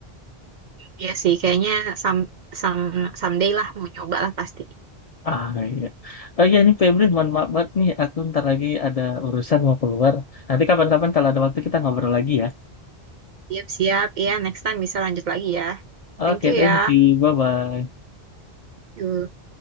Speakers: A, on the right; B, on the left.
A: iya sih, kayaknya some, some, someday lah mau nyoba lah pasti.
B: Ah iya. Oh iya nih Febri, mohon maaf banget nih. Aku ntar lagi ada urusan mau keluar. Nanti kapan-kapan kalau ada waktu kita ngobrol lagi ya.
A: Siap-siap. Iya, next time bisa lanjut lagi ya.
B: Oke,
A: Thank you
B: thank
A: ya.
B: you. Bye-bye.
A: Yuk.